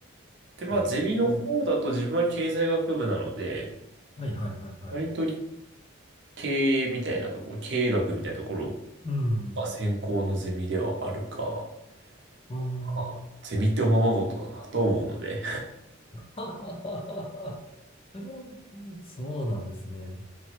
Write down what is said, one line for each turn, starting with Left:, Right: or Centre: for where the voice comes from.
Right: で、まあゼミの方だと自分は経済学部なので、
Left: なるほど。はいはいはいはい。
Right: 割と経営みたいなところ、経営学みたいなところ
Left: うん。
Right: が専攻のゼミではあるか、
Left: あ
Right: まあゼミっておままごとだなと思うので、
Left: あ。<laughs> そうなんですね。